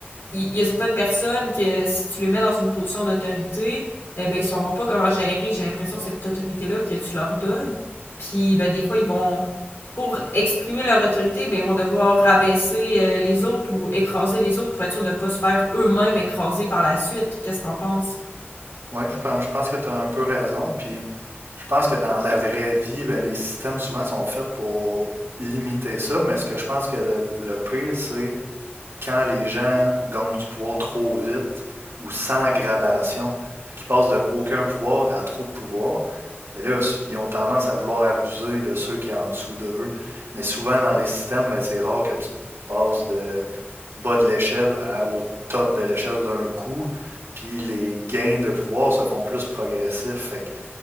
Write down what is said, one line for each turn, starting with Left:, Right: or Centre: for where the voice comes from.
Left: il y, a certaines personnes que si tu les mets dans une position d'autorité, eh ben ils sauront pas comment gérer, j'ai l'impression, cette autorité-là que tu leur donnes. Puis ben des fois, ils vont pour exprimer leur autorité, ben ils vont devoir rabaisser euh, les autres ou écraser les autres pour être sûr de pas se faire eux-mêmes écraser par la suite. Qu'est-ce que t'en penses?
Right: Oui, je pense, je pense que tu as un peu raison. Puis je pense que dans la vraie vie, ben, les systèmes souvent sont faits pour limiter ça. Mais ce que je pense que le, le pire, c'est quand les gens gagnent du pouvoir trop vite ou sans gradation, fait qu'ils passent de aucun pouvoir à trop de pouvoir, mais là, ils ont tendance à vouloir abuser de ceux qui sont en dessous de eux. Mais souvent, dans les systèmes, ben, c'est rare que tu passes de bas de l'échelle à- au top de l'échelle d'un coup. Puis les gains de pouvoir se font plus progressifs. Fait que